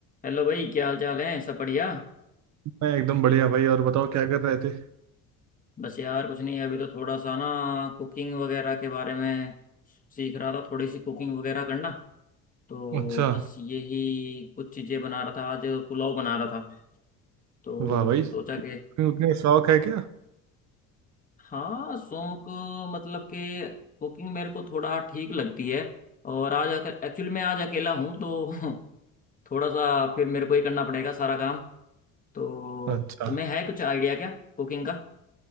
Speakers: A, on the left; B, on the right.
A: Hello भाई क्या हाल चाल है सब बढ़िया
B: मैं एकदम बढ़िया भाई और बताओ क्या कर रहे थे
A: बस यार कुछ नहीं अभी तो थोड़ा सा ना कुकिंग वगैरह के बारे में सीख रहा था थोड़ी सी कुकिंग वगैरह करना तो
B: अच्छा
A: बस यही कुछ चीज़ें बना रहा था आज पुलाव बना रहा था तो
B: वाह भाई
A: सोचा कि
B: तुम्हें शौक है क्या
A: हाँ शौक मतलब कि कुकिंग मेरे को थोड़ा ठीक लगती है और आज आकर एक्चुअली मैं आज अकेला हूँ तो <laughs> थोड़ा सा फिर मेरे को ही करना पड़ेगा सारा काम तो
B: अच्छा
A: तुम्हें है कुछ आइडिया क्या कुकिंग का